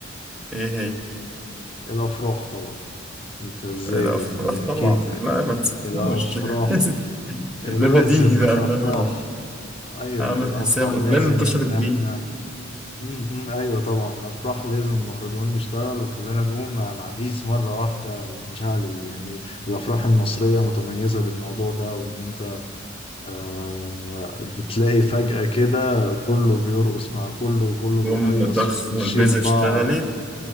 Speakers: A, in the centre; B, on the left.
A: ايه هي
B: الافراح طبعا انت ازاي
A: الافراح
B: يعني
A: طبعا
B: اكيد
A: لا ما نسيتهمش
B: الافراح
A: <laughs>
B: لازم
A: ده بديهي
B: الافراح
A: بقى ان انا
B: ايوه
A: اعمل
B: الافراح
A: حساب
B: لازم
A: ده اللي انتشرت
B: ان احنا
A: بيه
B: امم ايوه طبعا الافراح لازم المهرجان يشتغل وكلنا نقوم مع العريس مرة واحدة ونشعل ال- يعني الافراح المصرية متميزة بالموضوع ده وان انت آه، بتلاقي فجأة كده كله بيرقص مع كله وكله بيهيص
A: يوم ضخ
B: وبنشيل
A: والبيزا
B: بعض
A: اشتغلت